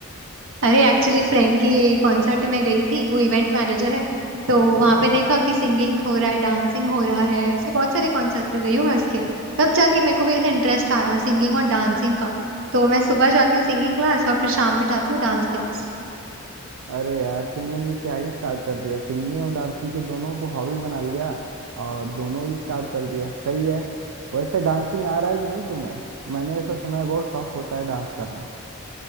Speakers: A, on the right; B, on the right.
A: अरे एक्चुअली फ्रेंड की कॉन्सर्ट में गई थी वो इवेंट मैनेजर है तो वहां पे देखा कि सिंगिंग हो रहा है डांसिंग हो रहा है ऐसे बहुत सारे कॉन्सर्ट्स में गई हूँ मैं उसके तब जाके मेरे को भी ऐसा इंटरेस्ट आया सिंगिंग और डांसिंग का तो मैं सुबह जाती हूँ सिंगिंग क्लास और फिर शाम में जाती हूँ डांस क्लास
B: अरे यार तुमने ये क्या ही स्टार्ट कर दिया सिंगिंग और डांसिंग को दोनों को हॉबी बना लिया और दोनों ही स्टार्ट कर दिया सही है वैसे डांसिंग आ रहा है कि नहीं तुम्हें मैंने ऐसा सुना है बहुत टफ होता है डांस करना